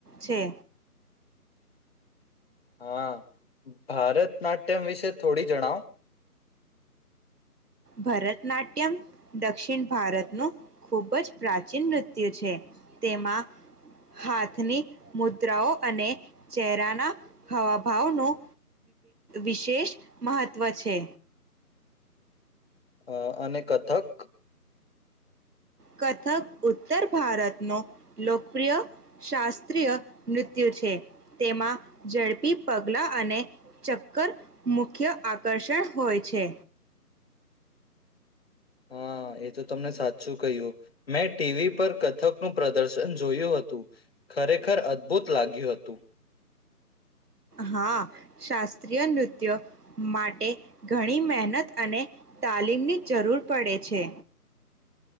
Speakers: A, on the right (about 75°); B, on the left (about 40°).
A: છે.
B: હા ભારત નાટ્યમ વિશે થોડી જણાવ
A: ભરતનાટ્યમ દક્ષિણ ભારતનું ખૂબ જ પ્રાચીન નૃત્ય છે તેમાં હાથની મુદ્રાઓ અને ચહેરાના હવા ભાવનું વિશેષ મહત્ત્વ છે.
B: અ અને કથક
A: કથક ઉત્તર ભારતનો લોકપ્રિય શાસ્ત્રીય નૃત્ય છે તેમાં ઝડપી પગલા અને ચક્કર મુખ્ય આકર્ષણ હોય છે.
B: હા એ તો તમને સાચું કહ્યું મેં ટીવી પર કથકનુંું પ્રદર્શન જોયું હતું ખરેખર અદભુત લાગ્યું હતું.
A: હા શાસ્ત્રીય નૃત્યો માટે ઘણી મહેનત અને તાલીમની જરૂર પડે છે.